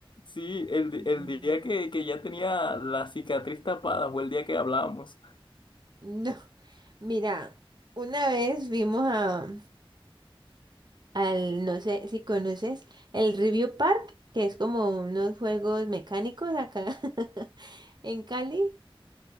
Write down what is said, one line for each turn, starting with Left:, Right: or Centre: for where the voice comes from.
Left: Sí, el,
Right: Mm.
Left: di- el día que, que ya tenía la cicatriz tapada fue el día que hablábamos
Right: No, mira, una vez vimos a, al, no sé si conoces, el Review Park, que es como unos juegos mecánicos acá <laughs> en Cali.